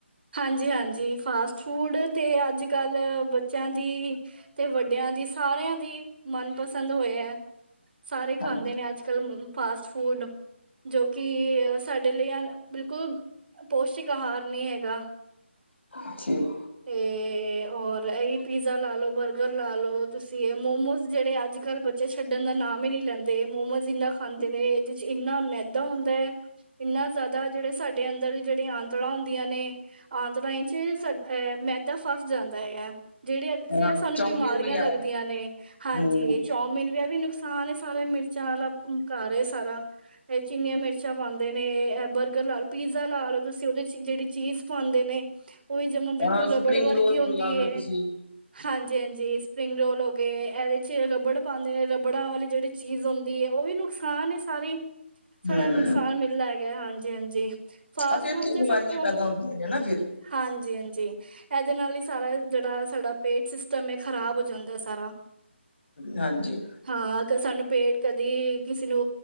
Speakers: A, on the right (about 50°); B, on the left (about 60°).
A: ਹਾਂਜੀ ਹਾਂਜੀ ਫਾਸਟ ਫੂਡ ਤੇ ਅੱਜ ਕੱਲ ਬੱਚਿਆਂ ਦੀ ਤੇ ਵੱਡਿਆਂ ਦੀ ਸਾਰਿਆਂ ਦੀ ਮਨਪਸੰਦ ਹੋਏ ਹੈ ਸਾਰੇ ਖਾਂਦੇ
B: ਹਾਂ
A: ਨੇ ਅੱਜ ਕੱਲ ਫਾਸਟ ਫੂਡ ਜੋ ਕਿ ਸਾਡੇ ਲਈ ਬਿਲਕੁਲ ਪੋਸ਼ਟਿਕ ਆਹਾਰ ਨਹੀਂੀ ਹੈਗਾ
B: ੱਠੀਕ
A: ਤੇ ਔਰ ਇਹੀ ਪੀਜ਼ਾ ਲਾ ਲ ਲੋ ਬਰਗਰ ਲਾ ਲ ਲੋ ਤੁਸੀਂ ਇਹ ਮੋਮੋਜ਼ ਜਿਹੜੇ ਅੱਜ ਕੱਲ੍ਹ ਬੱਚੇ ਛੱਡਣ ਦਾ ਨਾਮ ਹੀ ਨਹੀਂੀ ਲੈਂਦੇ ਦੇ ਮੋਮੋਜ਼ ਇੰਨਾ ਖਾਂਦੇ ਨੇ ਇਹਦੇ ਚ ਇੰਨਾ ਮੈਦਾ ਹੁੰਦਾ ਹੈ ਇੰਨਾ ਜ਼ਿਆਦਾ ਜਿਹੜੇ ਸਾਡੇ ਅੰਦਰ ਦੀ ਜਿਹੜੀਆਂ ਆਂਤੜਾਂ ਹੁੰਦੀਆਂ ਨੇ ਆਦ ਰਾਹੀਂ ਚ ਅਹ ਮੈਦਾ ਫਸ ਜਾਂਦਾ ਹੈਗਾ ਜਿਹੜੇ
B: ਹਾਂ
A: ਸਾਨੂੰ
B: ਚੌਮਿਨ
A: ਬਿਮਾਰੀਆਂ
B: ਵਗੈਰਾ
A: ਲੱਗਦੀਆਂ ਨੇ ਹਾਂਜੀ
B: ਹਮ
A: ਇਹ ਚੌਮਿਨ ਵੀ ਵੀ ਨੁਕਸਾਨ ਸ ਨੇ ਸਾਰਾ ਮਿਰਚਾਂ ਵਾਲਾ ਮੁਕਾ ਰਹੇ ਸਾਰਾ ਇਹਦੇ ਚ ਇਨੀਆਂ ਮਿਰਚਾਂ ਪਾਉਂਦੇ ਨੇ ਇਹ ਬਰਗਰ ਲਾ ਲਓ ਪੀਜ਼ਾ ਲਾ ਲਓ ਤੁਸੀਂ ਉਹਦੇ ਚ ਜਿਹੜੀ ਚੀਜ਼ ਪਾਉਂਦੇ ਨੇ। ਉਹੀ ਜਮਾ ਬਿਲਕੁਲ
B: ਹਾਂ
A: ਰਬੜ
B: ਸਪਰਿੰਗ
A: ਵਰਗੀ
B: ਰੋਲ
A: ਆਉਂਦੀ
B: ਲਗਾ ਲੋ
A: ਹੈ।
B: ਤੁਸੀਂ
A: ਹਾਂਜੀ ਹਾਂਜੀ ਸਪਰਿੰਗ ਰੋਲ ਹੋ ਗਏ ਇਹਦੇ ਚ ਰੱਬੜ ਪਾਉਂਦੇ ਨੇ ਰਬੜਾਂ ਵਾਲੀ ਜਿਹੜੀ ਚੀਜ਼ ਹੁੰਦੀ ਹੈ ਉਹ ਵੀ ਨੁਕਸਾਨ ਏ ਸਾਰੀ। ਛੱਢਾ
B: ਹਮ
A: ਨੁਕਸਾਨ ਮਿਲਦਾ ਗਿਆ ਹਾਂਜੀ ਹਾਂਜੀ ਫਾਸਟ
B: ਅਤੇ ਇੱਥੇ
A: ਫੂਡ ਤੇ
B: ਬਿਮਾਰੀਆਂ
A: ਸਭ ਤੋਂ
B: ਪੈਦਾ ਹੁੰਦੀਆਂ ਨਾ ਫ਼ਿਰ
A: ਹਾਂਜੀ ਹਾਂਜੀ ਇਹਦੇ ਨਾਲ ਹੀ ਸਾਰਾ ਜਿਹੜਾ ਸਾਡਾ ਪੇਟ ਸਿਸਟਮ ਹੈ ਖ਼ਰਾਬ ਹੋ ਜਾਂਦਾ ਸਾਰਾ।
B: ਹਾਂਜੀ
A: ਹਾਂ ਸਾਨੂੰ ਪੇਟ ਕਦੀ ਕਿਸੇ ਨੂੰ